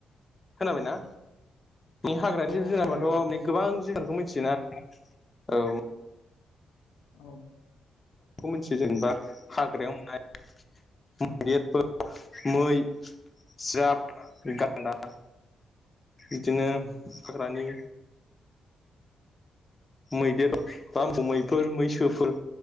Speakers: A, on the left; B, on the left.
A: खोनाबायना हाग्रानि
B: औ
A: जिब जुनाराथ
B: खोनादों नोंथां
A: <unintelligible> गोबां जुनारखौ मिथियोना औ
B: औ
A: मिथियो जेनेबा हाग्रायाव <unintelligible> <unintelligible> मैदेरफोर मै जाब गान्दा बिदिनो हाग्रानि मैदेर बा मैफोर मैसोफोर